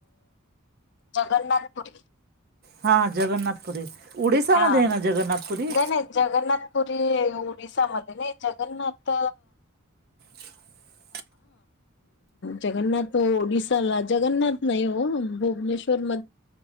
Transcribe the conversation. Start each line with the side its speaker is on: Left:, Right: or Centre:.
Left: जगन्नाथपुरी
Right: हां जगन्नाथपुरी उडीसामध्ये
Left: हा
Right: आहे ना जगन्नाथपुरी
Left: नाही ना जगन्नाथपुरी ओरिसामध्ये नाही जगन्नाथ
Right: <unintelligible>
Left: जगन्नाथ ओडिसाला जगन्नाथ नाही हो भुवनेश्वर